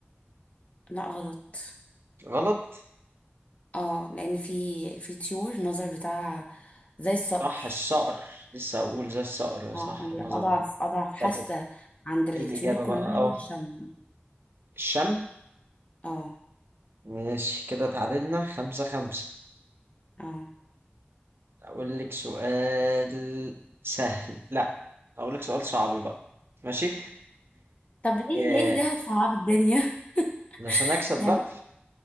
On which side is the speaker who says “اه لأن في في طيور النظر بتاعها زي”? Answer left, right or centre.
Left